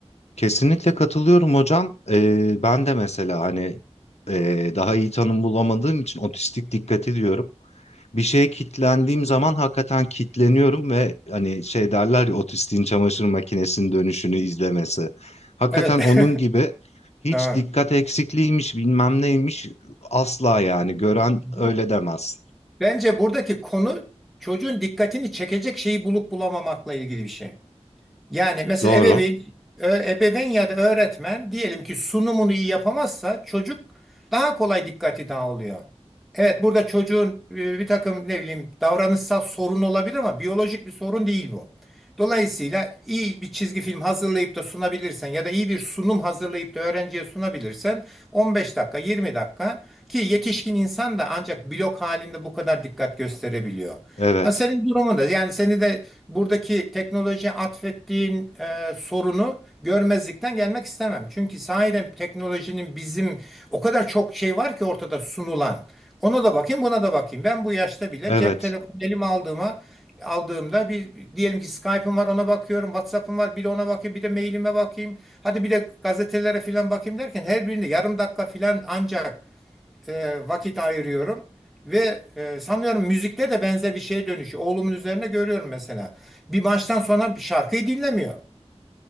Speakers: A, on the left; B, in the centre.
A: kesinlikle katılıyorum hocam. Ee, ben de mesela hani e, daha iyi tanım bulamadığım için otistik dikkat ediyorum. bir şeye kitlendiğim zaman hakikaten kitleniyorum ve hani şey derler ya otistiğin çamaşır makinesinin dönüşünü izlemesi. Hakikaten
B: Evet.
A: onun gibi hiç
B: <laughs> Ha.
A: dikkat eksikliğiymiş bilmem neymiş asla yani gören
B: Bu-
A: öyle demez.
B: Bence buradaki konu çocuğun dikkatini çekecek şeyi bulup bulamamakla ilgili bir şey. Yani mesela
A: Doğru.
B: ebeveyn, ö- ebeveyn ya da öğretmen diyelim ki sunumunu iyi yapamazsa çocuk daha kolay dikkati dağılıyor. Evet burada çocuğun e, bir takım ne bileyim davranışsal sorun olabilir ama biyolojik bir sorun değil bu. Dolayısıyla iyi bir çizgi film hazırlayıp da sunabilirsen ya da iyi bir sunum hazırlayıp da öğrenciye sunabilirsen 15 dakika 20 dakika ki yetişkin insan da ancak blok halinde bu kadar dikkat gösterebiliyor.
A: Evet.
B: Ha, senin durumunda yani seni de buradaki teknolojiye atfettiğin e, sorunu görmezlikten gelmek istemem. Çünkü sahiden teknolojinin bizim o kadar çok şey var ki ortada sunulan. Ona da bakayım, buna da bakayım. Ben bu yaşta bile
A: Evet.
B: cep telefonu elime aldığıma aldığımda bir diyelim ki Skype'ım var ona bakıyorum, WhatsApp'ım var bir de ona bakayım, bir de mailime bakayım. Hadi bir de gazetelere filan bakayım derken her birinde yarım dakika filan ancak e, vakit ayırıyorum. Ve e, sanıyorum müzikte de benzer bir şeye dönüşüyor. Oğlumun üzerine görüyorum mesela. Bir baştan sona bir şarkıyı dinlemiyor.